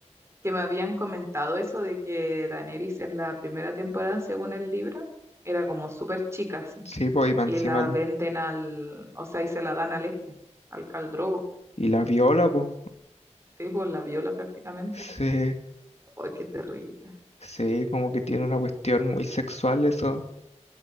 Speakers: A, on the right; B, on the left.
A: que me habían comentado eso de que Daenerys en la primera temporada, según el libro, era como súper chica,
B: Sí, pues, y más
A: y
B: encima
A: la
B: el-
A: venden al, o sea, y se la dan al este, al Caldrogo.
B: y la viola, pues.
A: Sí, pues la viola prácticamente.
B: Sí,
A: ¡Ay, qué terrible!
B: sí, como que tiene una cuestión muy sexual eso,